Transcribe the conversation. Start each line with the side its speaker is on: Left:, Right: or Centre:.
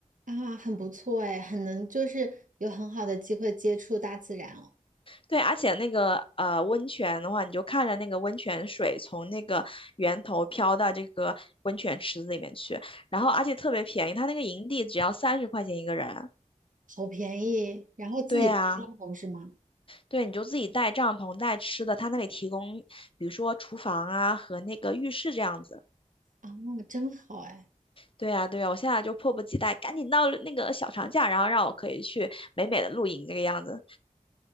Right: 啊，很不错哎，很能就是有很好的机会接触大自然哦，
Left: 对，而且那个呃温泉的话，你就看着那个温泉水从那个源头飘到这个温泉池子里面去，然后而且特别便宜，它那个营地只要三十块钱一个人。
Right: 好便宜，然后自己带帐篷是吗？
Left: 对啊。对，你就自己带帐篷、带吃的，他那里提供，比如说厨房啊和那个浴室这样子。
Right: 啊，真好哎，
Left: 对呀，对呀，我现在就迫不及待，赶紧到那个小长假，然后让我可以去美美的露营这个样子。